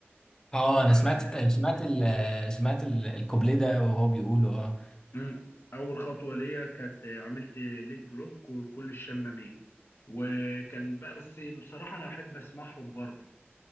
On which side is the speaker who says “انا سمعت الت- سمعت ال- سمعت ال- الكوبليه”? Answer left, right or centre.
Left